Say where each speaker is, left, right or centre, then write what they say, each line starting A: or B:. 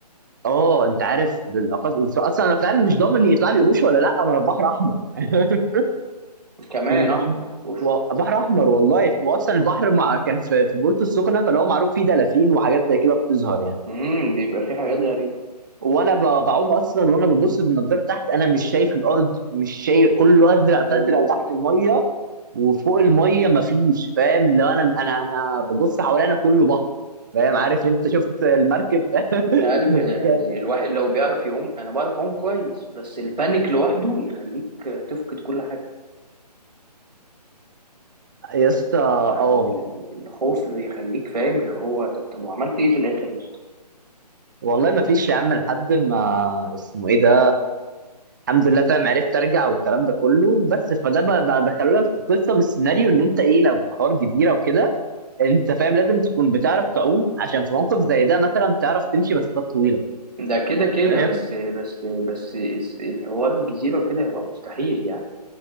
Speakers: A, on the right; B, on the right.
A: اه انت عارف بالاقصى اصلا انا فاهم مش ضامن يطلع لي قروش ولا لا ما انا في بحر احمر <laughs>
B: كمان
A: وكنت
B: احمر اوف
A: و- بحر احمر والله واصلا البحر مع كان في في بورتو السخنه فلو معروف فيه دلافين وحاجات زي كده بتظهر يعني
B: امم بيبقى فيه حاجات
A: و-
B: غريبة
A: وانا ب- بعوم اصلا وانا ببص بالنضاره تحت انا مش شايف الارض مش شايف كله ازرق
B: اوف
A: فازرق تحت الميه وفوق الميه مفيش فاهم لو انا انا انا ببص حوالينا كله بحر فاهم عارف انت شفت المركب <laughs>
B: انت عارف يعني
A: كان
B: الواحد لو بيعرف يقوم انا بعرف اقوم كويس بس البانيك لوحده يخليك تفقد كل حاجة
A: يا اسطى
B: يعني
A: اه
B: ال- الخوف يخليك فاهم اللي هو طب طب وعملت ايه في الاخر يا اسطى؟
A: والله ما فيش يا عم لحد ما اسمه ايه ده الحمد لله فاهم عرفت ارجع والكلام ده كله بس فده بقى بقى دخلوا لك في قصه من السيناريو ان انت ايه لو في حوار جزيره وكده انت فاهم لازم تكون بتعرف تعوم عشان في موقف زي ده مثلا تعرف تمشي مسافات طويله
B: ده كده كده
A: فاهم
B: بس بس بس الس- الحوار الجزيرة وكده هيبقى مستحيل يعني